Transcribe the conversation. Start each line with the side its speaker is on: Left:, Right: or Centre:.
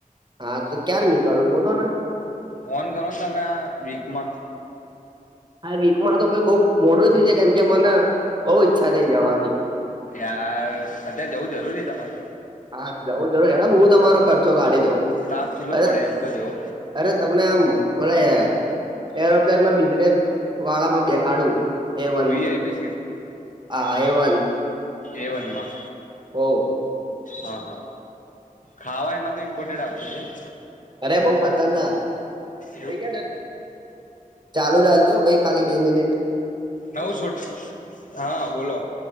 Right: હા તો ક્યાર નીકળવું બોલો ને
Left: ફોન કરો ને તમે આ વીક માં
Right: આ વીકમાં તો કોઈ બઉ મોડું થઈ છે કેમ કે મને બહુ ઈચ્છા થઈ જવાની
Left: યાર અત્યારે જવું જરૂરી છે તમારુ
Right: હા જઉં જરૂરી હે હું તમારો ખર્ચો કાઢી દઉં
Left: તાપ કેટલો
Right: અરે
Left: પડે એમ તો જોવો
Right: અરે તમને આમ ભ એરોપ્લેનમાં બિઝનેસ વાળામાં બેહાળુ એ વનમાં
Left: વીઆઈપી
Right: હા એ વન
Left: એવનમાં.
Right: હો
Left: હા હા ખાવા એમાં તો ઇમ્પોર્ટેટ આવતું છે ને
Right: અરે બઉ ખતરનાક
Left: એવું
Right: થઈ દ ચાલુ રાખજો ભાઈ ખાલી બે મિનિટ <unintelligible>
Left: નવું છોટ હા બોલો